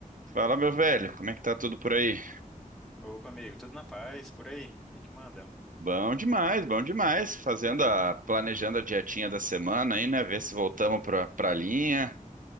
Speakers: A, on the right; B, in the centre.
A: Fala, meu velho, como é que tá tudo por aí?
B: Opa, amigo, tudo na paz por aí? O que que manda?
A: Bom demais, bom demais. Fazendo a, planejando a dietinha da semana aí, né? Ver se voltamos pra, pra linha.